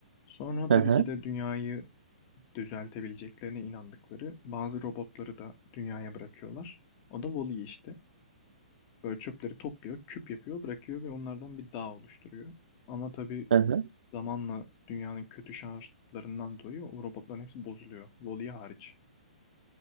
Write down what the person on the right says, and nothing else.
hı hı
hı hı